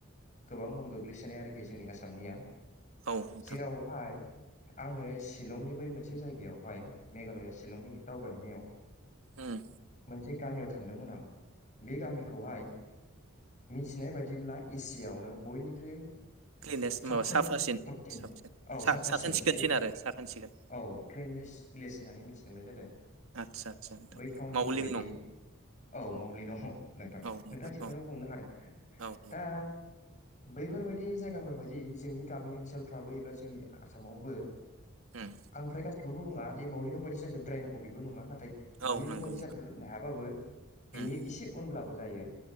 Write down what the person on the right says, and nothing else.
नोंथां
ओम।
क्लिनेस
माबा साफासिन साबसिन
सा
साखोन सिखोनसिन आरो साखोन सिखोन
आदसा आदसा नोंथां
मावलिं नं
औ नोंथां
औ औ नंगौ
उम
औ नंगौ
नोंथां
उम